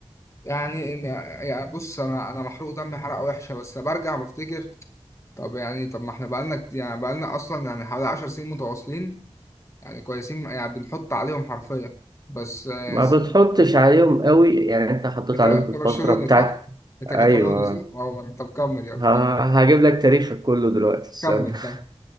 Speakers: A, on the left; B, on the right.
A: يعني يعني بص انا انا محروق دمي حرقه وحشه بس برجع بفتكر طب يعني طب ما احنا بقالنا كت- يعني بقالنا اصلا يعني حوالي 10 سنين متواصلين يعني كويسين يعني بنحط عليهم حرفيا بس آه،
B: ما
A: س-
B: بتحطش عليهم قوي يعني أنت حطيت
A: انت
B: عليهم
A: انت
B: في الفترة
A: برشلوني
B: بتاعت
A: صح؟ انت كتالوني
B: ايوه
A: صح؟ اه طب كمل يلا
B: ه-
A: كمل
B: هجيب لك تاريخك كله دلوقتي استنى
A: كمل
B: <laughs>
A: كمل